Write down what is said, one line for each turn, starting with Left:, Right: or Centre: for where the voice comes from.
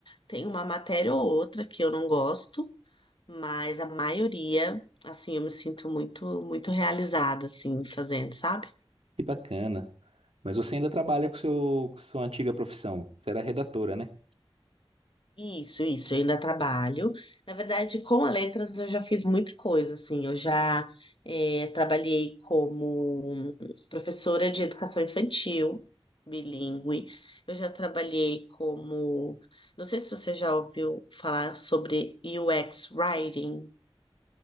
Left: Tem uma matéria ou outra que eu não gosto, mas a maioria, assim, eu me sinto muito, muito realizada, assim, fazendo, sabe?
Right: Que bacana. Mas você ainda trabalha com seu, com sua antiga profissão. Você era redatora, né?
Left: Isso, isso, eu ainda trabalho. Na verdade, com a Letras eu já fiz muita coisa, assim, eu já eh, trabalhei como professora de educação infantil, bilíngue, eu já trabalhei como, não sei se você já ouviu falar sobre UX Writing,